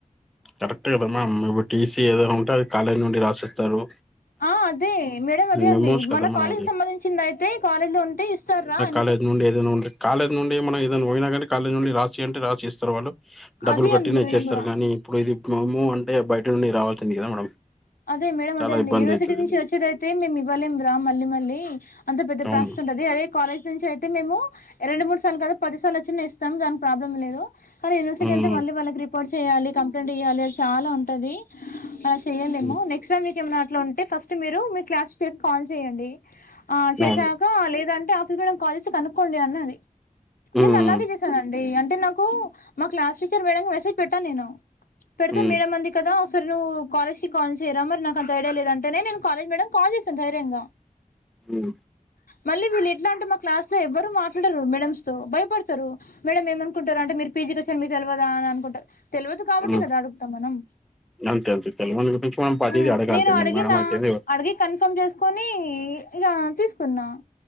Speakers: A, in the centre; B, on the left.
A: కరెక్ట్ కదమ్ మ్యామ్ ఇడు టీసీ ఏదైనా ఉంటే అది కాలేజ్ నుండి రాసిస్తారు
B: ఆ అదే మేడం అదే
A: మెమోస్
B: అడి
A: కదా
B: మన
A: మనం
B: కాలేజ్
A: అది.
B: సంబంధించింది అయితే కాలేజ్ లో ఉంటే ఇస్తారా అ
A: కాలేజ నుండి ఏద ఉండ కాలేజ నుండి మం ఏదై పోయినా కానీ కాలేజ్ నుండి రాసి అంటే రాసి ఇస్తారు వాళ్ళు డబ్బులు
B: అదే
A: కట్టిన
B: అంది
A: ఇచ్చేస్తారు
B: మేడం కూడా
A: కాగానీ ఇప్పుడు ఇది మము అంటే బయట నుండి రావాల్సింది కదా మేడం
B: అదే మేడ
A: చాలా
B: అదే అండి
A: ఇబ్బంది
B: యూనివర్సిటీ
A: అయితది.
B: నుంచి వచ్చేదయితే మేము ఇవ్వలేంరా మళ్ళీ మళ్ళీ అంత పెద్ద
A: అవును.
B: ప్ర ఉంటుది అదే కాలేజ్ నుంచి అయితే మేము రెండు మూడు సార్లు కాదు పది సార్లు వచ్చినా ఇస్తాం దానికి ప్రాబ్లం లేదు కానీ యూనివర్సిటీ
A: హ్మ్.
B: అంతే మళ్ళీ వాళ్ళకి రిపోర్ట్ చేయాలి కంప్లైంట్ ఇయ్యాలి అది చాలా ఉంటదింది చేయలేమో
A: హ్మ్.
B: మీక ఏమట్లో ఉంటే ఫస్ట్ మీరు మీ క్లాస్ చెప్పి కాల్ చేయడి చేసాక
A: అవును.
B: లేదంటే ఆఫ కనుక్కోండి అం
A: హ్మ్.
B: నేను అలాగే చేశాను అండి అ అంటే నాకు మా క్లాస్ టీచర్ మేడంకి మెసేజ్ పెట్టాను నేను పెడితే
A: హ్మ్.
B: మేడం మంది కదా సార్ నువ్వు కాలేజ్ కాల్ చేయరా మరి నాకుంత ఐడియా లేదు అంటేనే నేను కాలేజ్ మేడమ్ కాల్ చేశాను ధైర్యంగా
A: హ
B: మళ్ళీ వీళ్ళు ఎట్లా అంటే మా క్లాస్ లో ఎవ్వరు మాట్లాడరు మేడమ్స్ తో భయపడతారు మేడ ఏమనుకుంటారు అంటే మీ పీజీకిచ్చారు మీకు తెలియదా అనుకుంటారు తెలియదు కాబట్
A: హ్మ్.
B: కదా అడుగుతాం మనం
A: అంతే అంతే తెలవని గురించి మనం ప్రతిదీ
B: ఉ
A: అడగాల్సిందే
B: నేను అడ్గిన
A: మేడం అయితేంది
B: అడ్గ కన్నా ఇన్ఫామ్ చేసుకుని ఇక తీసుకున్నా